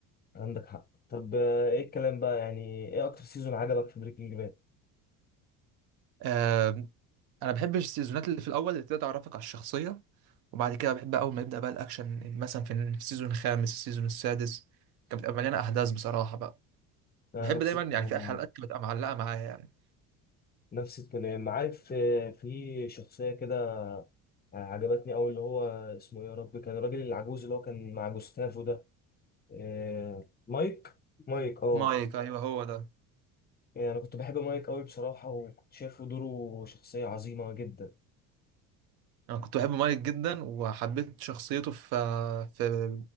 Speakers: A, on the left; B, on the right.
A: عندك حق طب آه، ايه الكلام بقى يعني ايه اكتر سيزون عجبك في بريكنج باد؟
B: آه أنا بحب السيزونات اللي في الأول اللي بتبدأ تعرفك على الشخصية وبعد كده بحب أول ما يبدأ بقى الأكشن مثلا في السيزون الخامس السيزون السادس كانت بتبقى مليانة أحداث بصراحة بقى
A: انا
B: وبحب
A: نفس
B: دايما
A: الكلام
B: يعني في
A: يعني.
B: حلقات بتبقى معلقة معايا يعني
A: نفس الكلام عارف آه، في شخصية كده آه، عجبتني أوي اللي هو اسمه إيه يا رب كان الراجل العجوز اللي هو كان مع جوستافو ده آه، مايك مايك اه
B: مايك أيوه هو ده
A: يعني انا كنت بحب مايك أوي بصراحة وكنت شايفه دوره شخصية عظيمة جدا
B: انا كنت بحب مايك جدا وحبيت شخصيته في في